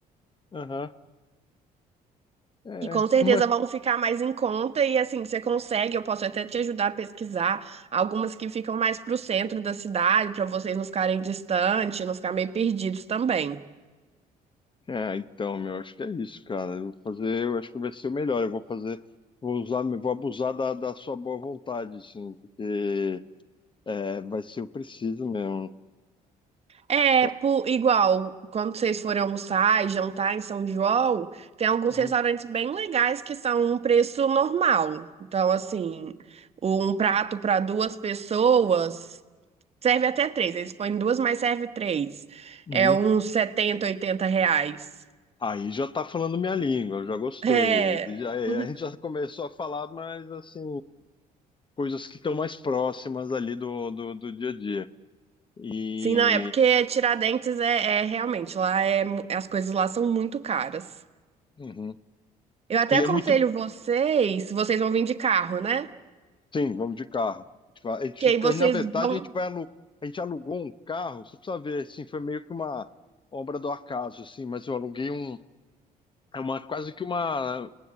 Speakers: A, on the left (about 30°); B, on the right (about 40°).
A: Aham. É,
B: que com certeza
A: uma
B: vão ficar mais em conta e assim, você consegue, eu posso até te ajudar a pesquisar algumas que ficam mais pro centro da cidade, para vocês não ficarem distantes, não ficar meio perdidos também.
A: É, então, meu, acho que é isso, cara. Eu vou fazer, eu acho que vai ser o melhor. Eu vou fazer, vou usar, vou abusar da, da sua boa vontade, assim, porque é, vai ser o preciso mesmo.
B: É,
A: Tá.
B: por, igual, quando vocês forem almoçar e jantar em São João, tem alguns
A: Uhum.
B: restaurantes bem legais que são um preço normal. Então, assim, um prato para duas pessoas Serve até três. Eles põem duas, mas serve três.
A: Uhum.
B: É uns 70, 80 reais.
A: Aí já tá falando minha língua, eu já gostei.
B: É.
A: Aí já, é,
B: Uhum.
A: a gente já começou a falar, mas assim, coisas que estão mais próximas ali do, do, do dia a dia. E,
B: Sim, não, é porque Tiradentes é, é realmente, lá é, mu- as coisas lá são muito caras.
A: Uhum.
B: Eu até
A: e
B: aconselho
A: é muito.
B: vocês, vocês vão vir de carro, né?
A: Sim, vamos de carro. A gente, vai- a gente-
B: Que aí vocês
A: aí, na verdade,
B: vão,
A: a gente vai alu- a gente alugou um carro, só precisa ver, assim, foi meio que uma obra do acaso, assim, mas eu aluguei um, é uma quase que uma,